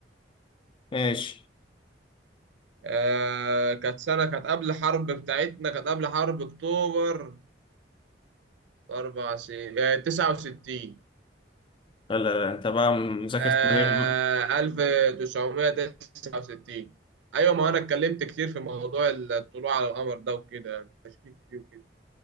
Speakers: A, on the left; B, on the right.
A: ماشي
B: آه، كانت سنة كانت قبل الحرب بتاعتنا كانت قبل حرب أكتوبر أربع سنين آه، تسعة وستين
A: لا لا أنت بقى مذاكر
B: آه،
A: تاريخ بقى
B: ألف تسعمية تسعة وستين أيوة ما أنا اتكلمت كتير في موضوع الطلوع على القمر ده وكده يعني تشكيك فيه وكده